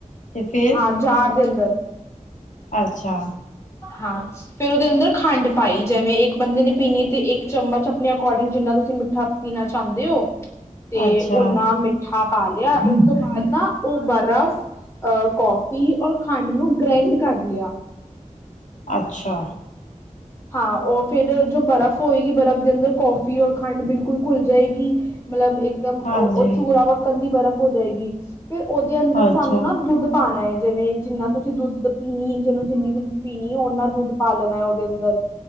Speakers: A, on the left; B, on the left.
A: ਤੇ ਫਿਰ
B: ਹਾਂ ਜਾਰ ਦੇ ਅੰਦਰ
A: ਅੱਛਾ
B: ਹਾਂ ਫੇਰ ਉਹਦੇ ਅੰਦਰ ਖੰਡ ਪਾਈ ਜਿਵੇਂ ਇੱਕ ਬੰਦੇ ਨੇ ਪੀਣੀ ਤੇ ਇੱਕ ਚਮਚ ਆਪਣੇ ਅਕੋਰਡਿੰਗ ਜਿੰਨਾ ਤੁਸੀਂ ਮਿੱਠਾ ਪੀਣਾ ਚਾਹੁੰਦੇ ਹੋ ਤੇ
A: ਅੱਛਾ
B: ਓਨਾ ਮਿੱਠਾ ਪਾ ਲਿਆ ਉਸ ਤੋਂ ਬਾਅਦ ਨਾ ਉਹ ਬਰਫ਼ ਅਹ ਕੌਫੀ ਔਰ ਖੰਡ ਨੂੰ ਗ੍ਰੈਂਡ ਕਰ ਲਿਆ
A: ਅੱਛਾ
B: ਹਾਂ ਉਹ ਫੇਰ ਜੋ ਬਰਫ਼ ਹੋਏਗੀ ਬਰਫ਼ ਦੇ ਅੰਦਰ ਕੌਫੀ ਔਰ ਖੰਡ ਬਿਲਕੁਲ ਘੁੱਲ ਜਾਏਗੀ ਮਤਲਬ ਇੱਕਦਮ
A: ਹਾਂਜੀ
B: ਉਹ ਚੂਰਾ ਵੱਕਣ ਦੀ ਬਰਫ਼ ਹੋ ਜਾਏਗੀ ਫਿਰ ਉਹਦੇ ਅੰਦਰ
A: ਅੱਛਾ
B: ਸਾਨੂੰ ਨਾ ਦੁੱਧ ਪਾਉਣਾ ਹੈ ਜਿਵੇਂ ਜਿੰਨਾ ਤੁਸੀਂ ਦੁੱਧ ਪੀਣੀ ਜਿਹਨੂੰ ਜਿੰਨੀ ਦਿਂ ਪੀਣੀ ਓਨਾ ਦੁੱਧ ਪਾਲਣਾ ਉਹਦੇ ਅੰਦਰ